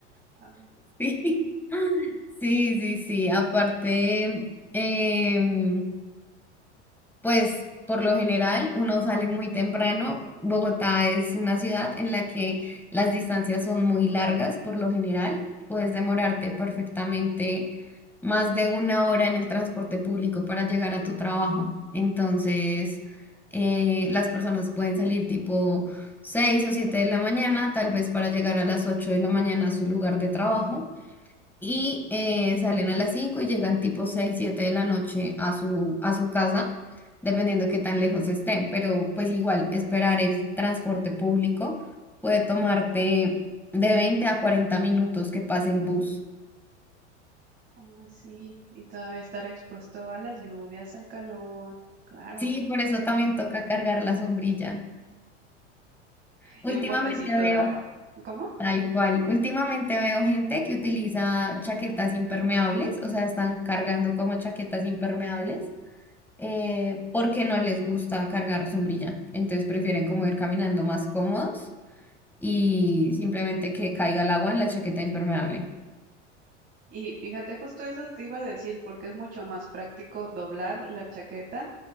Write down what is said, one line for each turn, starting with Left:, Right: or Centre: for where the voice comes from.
Right: Ah,
Centre: Sí, <laughs> sí, sí, sí. Aparte, em, pues por lo general uno sale muy temprano. Bogotá es una ciudad en la que las distancias son muy largas, por lo general. Puedes demorarte perfectamente más de una hora en el transporte público para llegar a tu trabajo. Entonces, eh, las personas pueden salir tipo 6 o 7 de la mañana, tal vez para llegar a las 8 de la mañana a su lugar de trabajo y eh, salen a las 5 y llegan tipo 6 7 de la noche a su, a su casa, dependiendo qué tan lejos estén, pero pues igual esperar el transporte público puede tomarte de 20 a 40 minutos que pase el bus.
Right: Ay, sí, y todavía estar expuesto a las lluvias, al calor, claro,
Centre: Sí, por eso también toca cargar la sombrilla. Últimamente
Right: y un botecito
Centre: veo,
Right: de agua. ¿Cómo?
Centre: tal cual, últimamente veo gente que utiliza chaquetas impermeables, o sea, están cargando como chaquetas impermeables eh, porque no les gusta cargar sombrilla. Entonces prefieren como ir caminando más cómodos y simplemente que caiga el agua en la chaqueta impermeable.
Right: Y fíjate, justo eso te iba a decir, porque es mucho más práctico doblar la chaqueta